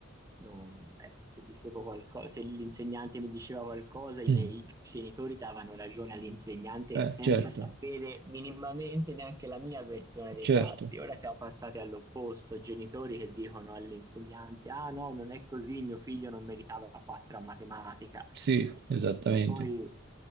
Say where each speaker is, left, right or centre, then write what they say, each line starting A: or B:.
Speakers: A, on the right (about 15°); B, on the right (about 55°).
A: non- eh, se dicevo qualcosa, se l'insegnante mi diceva qualcosa, i
B: mm.
A: miei genitori davano ragione all'insegnante
B: Eh,
A: senza
B: certo,
A: sapere minimamente neanche la mia versione dei
B: certo,
A: fatti. Ora siamo passati all'opposto, genitori che dicono all'insegnante, ah no, non è così, mio figlio non meritava 4 a matematica
B: sì, esattamente.
A: che poi